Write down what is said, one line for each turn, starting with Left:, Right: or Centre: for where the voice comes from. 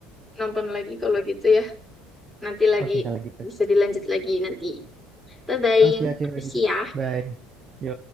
Centre: nonton lagi kalau gitu ya. Nanti lagi
Right: Oke kalau gitu.
Centre: bisa dilanjut lagi nanti. Bye bye.
Right: Oke oke
Centre: Makasih
Right: kalau gitu.
Centre: ya.
Right: Bye. Yo.